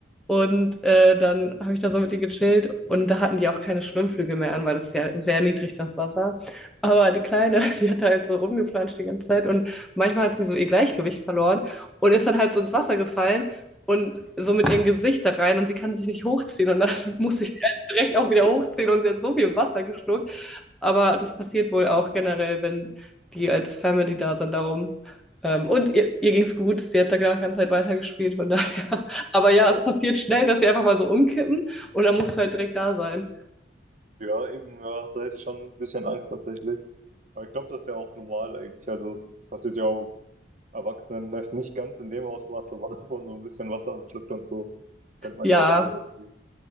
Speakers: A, in the centre; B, on the right.
A: und äh, dann habe ich da so mit denen gechillt und da hatten die auch keine Schwimmflügel mehr an, weil das ist ja sehr niedrig das Wasser. Aber die Kleine, <laughs> die hat da halt so rumgeplanscht die ganze Zeit und manchmal hat sie so ihr Gleichgewicht verloren und ist dann halt so ins Wasser gefallen und so mit ihrem Gesicht da rein und sie kann sich nicht hochziehen und dann <laughs> muss ich sie halt direkt auch wieder hochziehen und sie hat so viel Wasser geschluckt. Aber das passiert wohl auch generell, wenn die als Family da sind, darum. Ähm, und ihr, ihr ging es gut, sie hat da genau die ganze Zeit weitergespielt, von daher. <laughs> Aber ja, es passiert schnell, dass sie einfach mal so umkippen und dann musst du halt direkt da sein.
B: Ja, eben, ja, da hätte ich schon ein bisschen Angst tatsächlich. Aber ich glaube, das ist ja auch normal eigentlich. Also es passiert ja auch Erwachsenen vielleicht nicht ganz in dem Ausmaß, aber <laughs> dass man so ein bisschen Wasser verschluckt und so, kennt man
A: Ja,
B: ja auch so. irgendwie.